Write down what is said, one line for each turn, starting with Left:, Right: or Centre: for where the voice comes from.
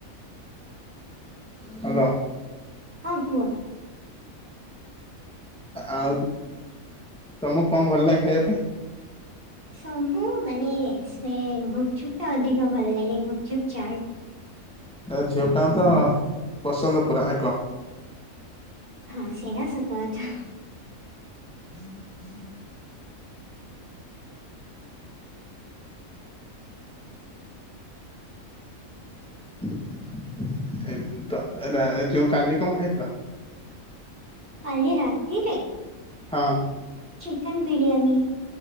Centre: <inaudible> ହାଲୋ।
Right: ହଁ କୁହ।
Centre: ଆଉ <inaudible> ତମକୁ କଣ ଭଲ ଲାଗେ ଖାଇବା ପାଇଁ।
Right: ଶବୁ ମାନେ ସେ ଗୁପଚୁପ ଟା ଅଧିକ ଭଲ ଲାଗେ ଗୁପଚୁପ୍ ଚାଟ।
Centre: ଏ ଝିଅ ପିଲାଙ୍କତ ପସନ୍ଦ ପୁରା ଆଗ।
Right: ହଁ ସେରା ସତ କଥା। <inaudible>
Centre: <inaudible> ଏ ତ ଏ ଯୋଉ କାଲି କଣ ଖାଇଥିଲ?
Right: କାଲି ରାତିରେ
Centre: ହଁ।
Right: ଚିକେନ ବିରିୟାନୀ।